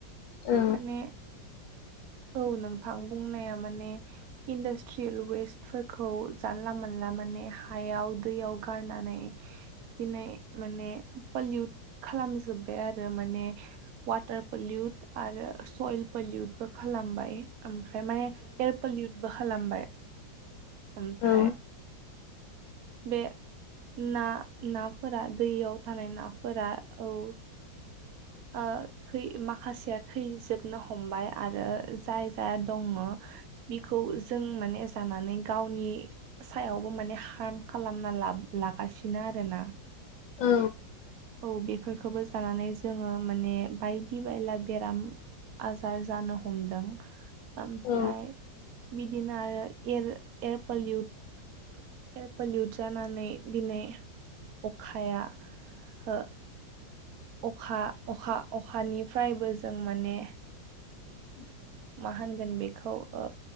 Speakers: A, on the left; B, on the right.
A: औ
B: माने औ नोंथां बुंनाया माने इन्डास्ट्रियेल वेस्ट फोरखौ जानला मोनला माने हायाव दैयाव गारनानै दिनै माने पलिउट खालामजोब्बाय आरो माने वाटार पलिउट आरो सयल पलिउट बो खालामबाय ओमफ्राय माने एयार पलिउटबो खालामबाय ओमफ्राय
A: औ
B: बे ना नाफोरा दैयाव थानाय नाफोरा औ ओ थै माखासेया थैजोबनो हमबाय आरो जाय जाया दङ बिखौ जों माने जानानै गावनि सायावबो माने हार्म खालामना ला लागासिनो आरोना
A: औ
B: औ बेफोरखौबो जानानै जोङो माने बायदि बायला बेराम आजार जानो हमदों ओमफ्राय
A: औ
B: बिदिनो आरो air air pollute air pollute जानानै दिनै अखाया ह अखा अखा अखानिफ्रायबो जों माने
A: <inaudible>
B: माहोनगोन बेखौ ओ